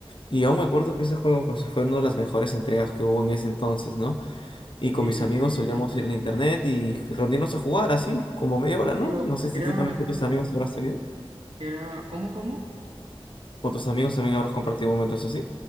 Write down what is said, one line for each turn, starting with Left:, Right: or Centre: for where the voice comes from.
Left: Y aún me acuerdo que ese juego pues, fue una de las mejores entregas que hubo en ese entonces, ¿no?
Right: Ok,
Left: Y
Right: increíble.
Left: con mis amigos solíamos ir a la internet y reunirnos a jugar así, como media hora, ¿no?
Right: Pero
Left: No sé
Right: era,
Left: si tú también con tus amigos habrás tenido.
Right: era, ¿cómo, cómo?
Left: Con tus amigos también habrás compartido momentos así.